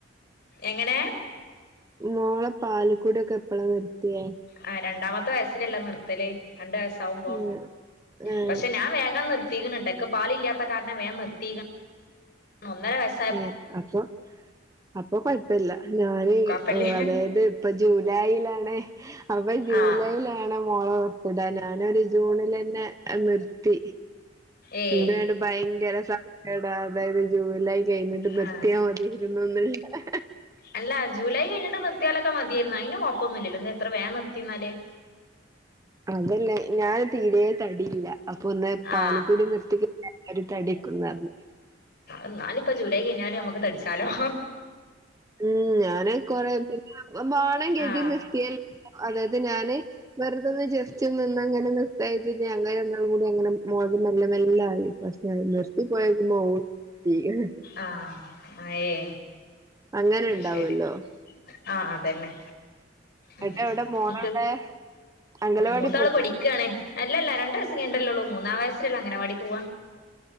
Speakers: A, on the left; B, on the right.
A: എങ്ങനെ
B: മോളെ പാലക്കൂടിയൊക്കെ എപ്പളാ നിർത്തിയേ?
A: ആഹ് രണ്ടാമത്തെ വയസ്സിലല്ലേ നിർത്തല് രണ്ട് വയസ് ണ്ടാവുമ്പോ
B: ഏഹ് ഏഹ്
A: പക്ഷെ ഞാൻ വേഗം നിർ നിർത്തിക്ക്ണ് ട്ടാ ക്ക് പാല് ഇല്ലാത്ത കാരണം വേഗം നിർത്തി ഒന്നര വയസ്സ്‌
B: ഉം അപ്പൊ അപ്പൊ കുഴപ്പില്ല ഞാന്
A: കൊഴപ്പല്ല
B: അതായത് അപ്പം ജൂലൈയിലാണ് അപ്പൊ ജൂലൈയില
A: ആ
B: മോള ബർത്ത്ഡേ ഞാനൊരു ജൂണിൽ തന്നെ നിർത്തി
A: ഏയ്
B: <unintelligible> ഭയങ്കര സങ്കട അതായത് ജൂലൈ കഴിഞ്ഞിട്ട് നിർത്തിയാൽ
A: ആ
B: മതി <unintelligible>
A: അല്ല ജൂലൈ കഴിഞ്ഞിട്ട് നിർത്തിയാലൊക്കെ മതിയായിരുന്നു അതിന് കൊഴപ്പൊന്നും ഇല്ല ഇന്ന് എത്ര വേം നിർത്തിന്നാല്
B: അതല്ല ഞാന് തീരെ തടില്ല അപ്പൊ ഒന്ന് പാല്ക്കൂടി
A: ആ
B: നിർത്തിക്ക എല്ലാരും തടിക്കുന്ന് പറഞ്ഞ്
A: എന്നാലിപ്പ ജൂലൈ കഴിഞ്ഞാലും നമ്മുക്ക് തടിച്ചാലോ
B: ഉം ഞാന് കൊറെ പിന്നെ വാണം ഗതി
A: ആ
B: നിത്തിയല്ല അതായത് ഞാന് വെറുതെന്ന് ജസ്റ്റ്‌ നിന്ന അങ്ങനെ <unintelligible> ആയി ഞങ്ങ രണ്ടോൾ കൂടി അങ്ങനെ <unintelligible> മെല്ല മെല്ല ആയി പക്ഷെ നിർത്തി പോയാ പിന്നെ
A: ആഹ് അയേ
B: അങ്ങനെ
A: അയ്ശരി
B: ഉണ്ടാവുമല്ലോ
A: ആഹ് അതന്നെ ഉം
B: ഏട്ടാ എവിടെ മോളെവിടെ
A: ഇക്ക്
B: അംഗനവാടി
A: മൂത്താള്
B: പോക്കോ
A: പഠി ക്കാണ് അല്ലല്ല രണ്ട് വയസ്സ്‌ കയിഞ്ഞിട്ടല്ലേ ഉള്ളു മൂന്നാം വയസ്സിലല്ലേ അഗനവാടി പോവാ